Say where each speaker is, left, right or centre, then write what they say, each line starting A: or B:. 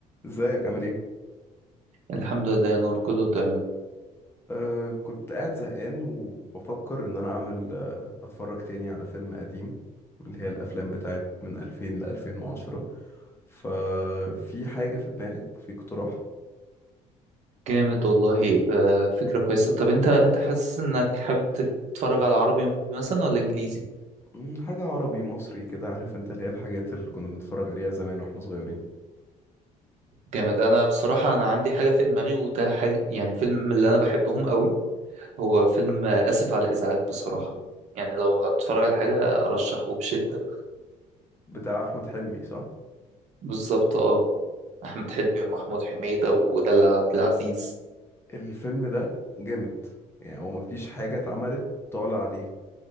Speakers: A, on the left; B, on the right.
A: ازيك عامل ايه؟
B: الحمد لله يا نور كله تمام
A: آه كنت قاعد زهقان وبفكر ان انا اعمل آه اتفرج تاني على فيلم قديم اللي هي الافلام بتاعت من 2000 ل 2010 ففي حاجة في دماغك في اقتراح
B: جامد والله آه، فكرة كويسة طب انت انت حاسس انك حابب تتفرج على عربي مثلا ولا انجليزي
A: مم، حاجة عربي مصري كده عارف انت اللي هي الحاجات اللي كنا بنتفرج عليها زمان واحنا صغيرين
B: جامد انا بصراحة انا عندي حاجة في دماغي وده حاجة يعني فيلم من اللي انا بحبهم قوي هو فيلم آه، اسف على الازعاج بصراحة يعني لو هتتفرج على حاجة ارشحه بشدة
A: بتاع احمد حلمي صح؟
B: بالظبط اه احمد حلمي ومحمود حميدة ودلال عبد العزيز
A: الفيلم ده جامد يعني هو مفيش حاجة اتعملت طالع عليه